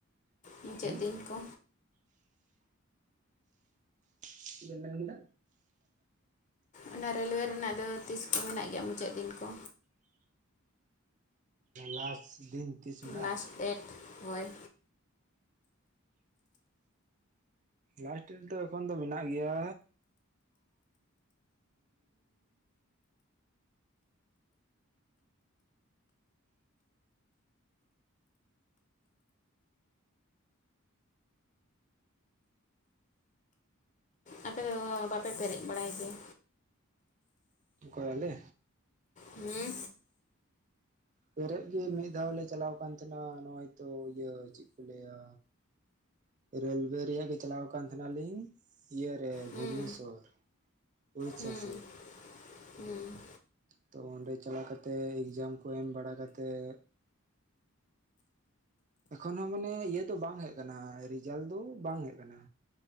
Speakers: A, on the left; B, on the right.
A: ᱢᱩᱪᱟᱹᱫ
B: ᱦᱮᱸ
A: ᱫᱤᱱ ᱠᱚ
B: ᱪᱮᱫ ᱵᱮᱱ ᱢᱮᱱ ᱠᱮᱫᱟ
A: ᱚᱱᱟ ᱨᱮᱹᱞᱳᱣᱮ ᱨᱮᱱᱟᱜ ᱫᱚ ᱛᱤᱥ ᱠᱚ ᱢᱮᱱᱟᱜ ᱜᱮᱭᱟ ᱢᱩᱪᱟᱹᱫ ᱫᱤᱱ ᱠᱚ
B: ᱞᱟᱥᱴ ᱫᱤᱱ ᱛᱤᱥ ᱢᱮᱱᱟᱜᱼᱟ?
A: ᱞᱟᱥᱴ ᱰᱮᱴ ᱦᱳᱭ
B: ᱞᱟᱥᱴ ᱨᱮ ᱫᱚ ᱮᱠᱷᱚᱱ ᱫᱚ ᱢᱮᱱᱟᱜ ᱜᱮᱭᱟ᱾
A: ᱟᱯᱮ ᱫᱚ ᱵᱟᱯᱮ ᱯᱮᱨᱮᱡ ᱵᱟᱲᱟᱭ ᱜᱮᱭᱟ?
B: ᱠᱚᱭ ᱟᱞᱮ?
A: ᱦᱮᱸ
B: ᱯᱮᱨᱮᱡ ᱜᱮ ᱢᱤᱫ ᱫᱷᱟᱣ ᱞᱮ ᱪᱟᱞᱟᱣ ᱠᱟᱱ ᱛᱟᱸᱦᱮᱱᱟ ᱱᱚᱜᱼᱚᱭ ᱛᱚ ᱤᱭᱟᱹ ᱪᱮᱫ ᱠᱚ ᱞᱟᱹᱭᱟ ᱨᱮᱹᱞᱣᱮ ᱨᱮᱭᱟᱜ ᱜᱮ ᱪᱟᱞᱟᱣ ᱟᱠ ᱛᱟᱦᱮᱱᱟ ᱞᱤᱧ ᱤᱭᱟᱹᱨᱮ ᱵᱷᱩᱵᱱᱮᱥᱥᱚᱨ
A: ᱦᱩᱸ
B: ᱯᱚᱨᱪᱷᱟ
A: ᱦᱩᱸ
B: ᱥᱮ
A: ᱦᱩᱸ
B: ᱛᱚ ᱚᱸᱰᱮ ᱪᱟᱞᱟᱣ ᱠᱟᱛᱮᱜ ᱮᱠᱡᱟᱢ ᱠᱚ ᱮᱢ ᱵᱟᱲᱟ ᱠᱟᱛᱮᱜ ᱮᱠᱷᱚᱱ ᱦᱚᱸ ᱢᱟᱱᱮ ᱤᱭᱟᱹ ᱫᱚ ᱵᱟᱝ ᱦᱮᱡ ᱟᱠᱟᱱᱟ ᱨᱮᱡᱟᱞᱴ ᱫᱚ ᱵᱟᱝ ᱦᱮᱡ ᱟᱠᱟᱱᱟ